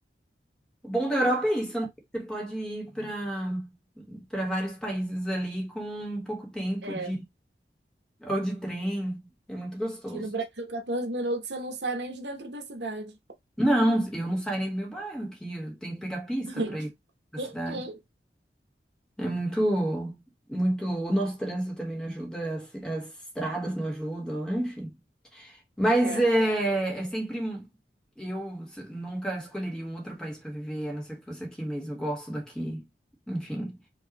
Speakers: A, in the centre; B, on the right.
A: O bom da Europa é isso, né? Você pode ir para para vários países ali com um pouco tempo
B: É,
A: de ou de trem. É muito gostoso.
B: Aqui no Brasil, 14 minutos você não sai nem de dentro da cidade.
A: Não, eu não saio nem do meu bairro aqui. Eu tenho que pegar pista
B: <laughs>
A: para ir para
B: Uh-uh.
A: cidade. É muito, muito. O nosso trânsito também não ajuda, as, as estradas não ajudam, né? enfim. Mas
B: é,
A: é, é sempre. um- Eu s- nunca escolheria um outro país para viver, a não ser que fosse aqui mesmo. Eu gosto daqui. Enfim,